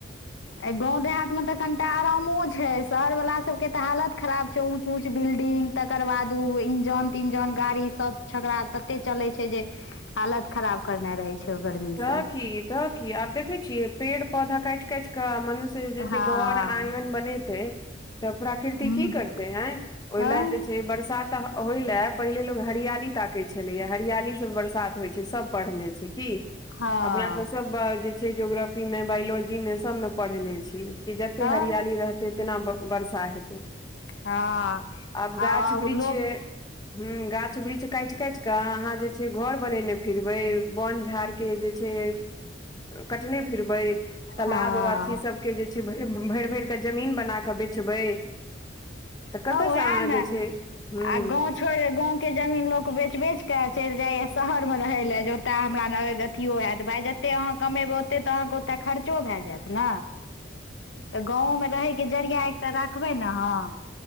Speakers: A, on the left; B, on the left.
A: ऐ गाँव देहात मे तऽ कनिटा आरामो छै, शहर बला सब के त हालत खराब छै ऊंच -ऊंच बिल्डिंग। तकर बाद ओ इंजन -तिंजन गाड़ी सब छकड़ा तते चलै छै जे हालत खराब करने रहै छै। ओ गर्मीसँ
B: तऽ कि तऽ कि आब देखै छियै पेड़ -पौधा काटि- काटि कऽ मनुष्य
A: हँ
B: जे घर आगन बनैते, तऽ प्रकृति
A: हूँ
B: की करते अंइ ओहि
A: तऽ
B: ले जे छै बरसात होइलए पहिले लोक हरियाली ताकै छलैया हरियाली से बरसात होइ छै, सब पड़हने छै की।
A: हँ
B: अपना सब ब जे छै जोग्रफी में बायोलॉजी में सब में पड़हने छी। कि जते
A: तऽ
B: हरियाली रहतै तेना बर्षा हेतै।
A: हँ
B: आब
A: आ
B: गाछ
A: आव
B: वृक्ष
A: लोक।
B: ह गाछ वृक्ष काटि -काटि कऽ अहाँ जे छै घर बनेने फिरबै बोन झाड़। के जे छै, कटने फिरबै तलाब
A: हँ
B: अथी सबके जे भरि- भरिक कऽ जमीन बना के बेचबै तऽ कतयसँ
A: उएह
B: अहाँ
A: ने
B: जे छै हूँ
A: आ गांव छोइड़ गांव के जमीन लोक बेच -बेच के चैल जायऽ शहर में रहै लए, जे ओतऽ हमरा अथियो हैत भाइ जतेक अहाँ कमेबै ओते तऽ अहाँके ओतऽ खर्चो भए जैत। ने तऽ गाँवमे रहैके जरिया एकटा रखबै न अहां।